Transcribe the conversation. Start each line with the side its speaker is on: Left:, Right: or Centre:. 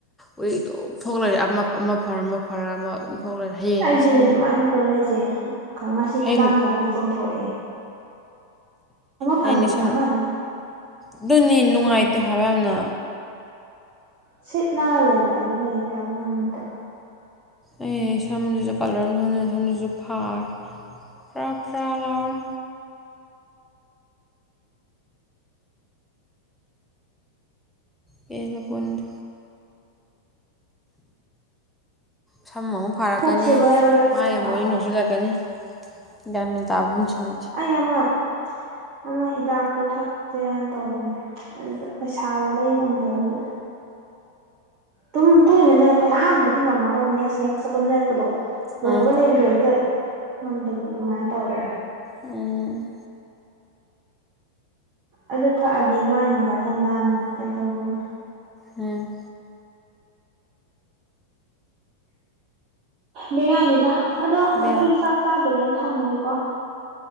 Centre: ꯎꯔꯤꯡ ꯗꯨꯝ ꯊꯣꯛ ꯂꯩꯔꯦ ꯑꯃꯞ ꯑꯃ ꯐꯔ ꯑꯃ ꯐꯔ ꯑꯃ ꯑꯗꯨꯝ ꯊꯣꯛ ꯂꯩꯔꯦ ꯍꯌꯦꯡꯗꯤ
Right: ꯑꯩꯁꯨꯅꯦ
Centre: ꯁꯝ
Right: ꯑꯗꯨꯃꯥꯏꯅ ꯇꯧ ꯂꯩꯁꯦ ꯉꯁꯤ
Centre: ꯍꯌꯦꯡ
Right: ꯈꯗꯥꯡꯗ ꯑꯃꯨꯛ ꯆꯣꯡꯊꯣꯛꯑꯦ ꯐꯪꯈꯤꯕꯒ
Centre: ꯍꯥꯏꯅꯤ ꯁꯨꯝ
Right: ꯑꯃ ꯑꯗꯨꯝ
Centre: ꯑꯗꯨꯅꯤ ꯅꯨꯡꯉꯥꯏꯇꯦ ꯍꯥꯏꯕ ꯌꯥꯝꯅ
Right: ꯁꯤꯠ ꯅꯥ ꯂꯩꯕ ꯑꯗꯨ ꯂꯩꯇꯕ ꯑꯝꯇ
Centre: ꯑꯩ ꯁꯝꯗꯨꯁꯨ ꯀꯂꯔ ꯑꯃ ꯁꯝꯗꯨꯁꯨ ꯐꯥꯔꯦ ꯐ꯭ꯔꯥ ꯐ꯭ꯔꯥ ꯂꯥꯎꯔꯦ ꯄꯦꯜꯂꯄꯣꯠꯅꯤ ꯁꯝ ꯑꯃꯨꯛ ꯐꯥꯔꯛꯀꯅꯤ
Right: ꯄꯨꯛꯁꯦ ꯕꯔ ꯕꯔ
Centre: ꯃꯥꯏ ꯑꯃꯨꯛ
Right: ꯂꯥꯎꯋꯦ
Centre: ꯎꯔꯤꯡ ꯊꯣꯛꯆꯤꯜꯂꯛꯀꯅꯤ ꯒ꯭ꯌꯥꯟ ꯃꯦꯟ ꯇꯥꯕ ꯄꯨꯟꯁꯤ ꯅꯠꯇꯦ
Right: ꯑꯩ ꯑꯃ ꯑꯃ ꯍꯤꯗꯥꯛꯇꯣ ꯊꯛꯁꯦꯅ ꯇꯧꯕꯅꯦ ꯑꯗꯨꯗ ꯄꯩꯁꯥꯗꯣ ꯂꯩꯕ ꯉꯝꯗꯕꯗꯨꯗ ꯑꯗꯨꯝ ꯇꯣꯏꯅ ꯂꯩꯔꯛꯄ ꯑꯍꯥꯟꯕꯩꯗꯤ ꯉꯝꯃꯒ ꯅꯦꯛꯁ ꯅꯦꯛꯁ ꯑꯗꯨꯝ ꯂꯩꯔꯛꯄꯗꯣ ꯂꯣꯏꯕꯒ
Centre: ꯑꯥ
Right: ꯂꯩꯕꯗꯣ ꯍꯦꯛꯇ ꯉꯝꯗꯕꯗꯣ ꯑꯗꯨꯃꯥꯏꯅ ꯇꯧꯋꯦ
Centre: ꯎꯝ
Right: ꯑꯗꯨ ꯊꯛꯑꯗꯤ ꯃꯥꯏ ꯅꯨꯡꯒꯁꯨ ꯈꯔ ꯅꯥꯟꯅ ꯈꯣꯠꯇꯅ ꯇꯧꯗꯧꯗꯣ
Centre: ꯎꯝ꯫
Right: ꯕꯤꯔꯅꯤꯗ ꯑꯗꯣ
Centre: ꯕꯦꯔꯥ
Right: ꯑꯩꯈꯣꯏꯁꯨ ꯆꯥꯛ ꯆꯥꯗꯣꯔꯦ꯫ ꯊꯝꯃꯒꯦꯀꯣ